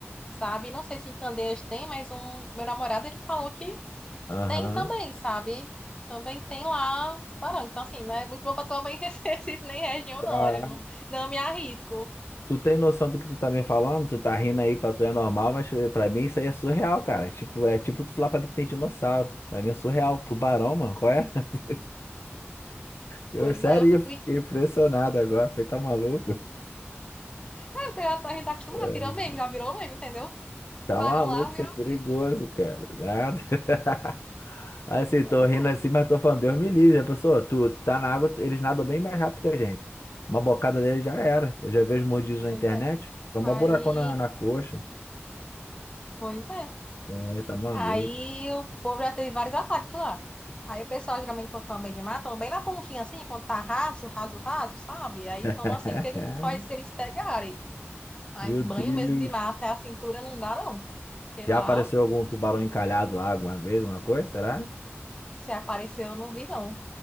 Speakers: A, on the left (about 20°); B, on the left (about 70°).
A: sabe? Não sei se em Candeias tem, mas um meu namorado, ele falou que
B: Aham.
A: tem também, sabe? Também tem lá tubarão. Então, assim, não é muito bom pra tomar em <laughs> Recife, nem região,
B: Caraca.
A: não, eu não, não me arrisco.
B: Tu tem noção do que tu tá me falando? Tu tá rindo aí, pra tu é normal, mas eh, pra mim isso aí é surreal, cara. Tipo, é tipo tu falar pra mim que tem dinossauro. Pra mim é surreal. Tubarão, mano, qual é? <laughs> Eu,
A: Pois
B: sério,
A: é, eu fico,
B: eu fiquei
A: ah,
B: impressionado agora. Falei, tá maluco?
A: porque já tá- a gente tá acostumado,
B: É,
A: tirando meme, já virou meme, entendeu?
B: Tá
A: Tubarão
B: maluco,
A: lá virou
B: isso é perigoso,
A: meme.
B: cara. Nada. <laughs> Assim,
A: Pois
B: tô rindo
A: é,
B: assim, mas tô falando, Deus me livre, já pensou? Tu, tu tá na água, tu- eles nadam bem mais rápido que a gente. Uma bocada deles já era. Eu já vi os mordidos na
A: pois
B: internet.
A: é.
B: Foi
A: Aí,
B: um buracão na, na coxa.
A: pois é.
B: Ai, tá maluco.
A: Aí o povo já teve vários ataques lá. Aí o pessoal geralmente quando toma banho de mar, toma bem na pontinha assim, quando tá raso, raso, raso, sabe? Aí
B: <laughs>
A: toma assim, porque não pode que eles pegarem. Mas
B: Meu
A: banho
B: Deus.
A: mesmo de mar até a cintura não dá, não. Porque
B: Já
A: lá,
B: apareceu algum tubarão encalhado lá alguma vez, alguma coisa? Será?
A: se apareceu, eu não vi, não.